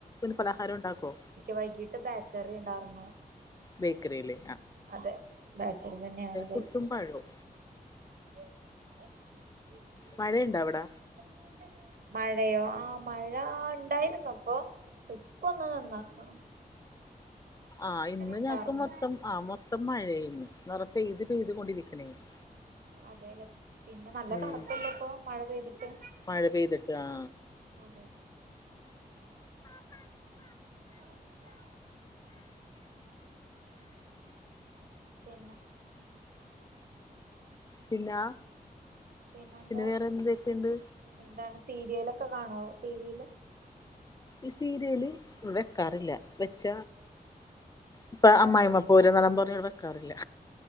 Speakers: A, on the left; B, on the right.
A: പലഹാരോണ്ടാക്ക്വോ?
B: വൈകിട്ട് ബേക്കറി ഇണ്ടാർന്നു
A: ബേക്കറീലേ?
B: അതെ ബേക്കറി തന്നെയാണ് കഴിച്ച്
A: പുട്ടും പഴവും
B: <unintelligible>
A: മഴേണ്ടോ അവ്ടെ?
B: ന്തബു ന്തബു മഴയോ ആഹ് മഴ ഇണ്ടായ്രുന്നു ഇപ്പോ ഇപ്പോന്ന് നിന്നക്ക്ണു.
A: ആഹ് ഇന്ന്
B: ഉണ്ടാർന്നു
A: ഞങ്ങക്ക് മൊത്തം ആഹ് മൊത്തം മഴയെര്ന്ന്. നെറെ പെയ്ത് പെയ്ത് കൊണ്ടിരിക്കണേണ്
B: അതേല്ലേ? പിന്നെ നല്ല
A: ഉം
B: തണുപ്പല്ലേപ്പോ മഴ പെയ്തിട്ട്.
A: മഴ പെയ്തിട്ട് ആ
B: അതെ ഓക്കേ പിന്നെ
A: പിന്ന
B: പിന്നെന്താ
A: പിന്നെ വേറെന്തെക്കെയ്ണ്ട്?
B: എന്താണ് സീരിയലൊക്കെ കാണോ ടീവീല്?
A: ഈഹ് സീരിയല് വെക്കാറില്ല. വെച്ച ഇപ്പ
B: അതെ
A: അമ്മായിമ്മപ്പോര് <unintelligible> ഇവടെ വെക്കാറില്ല.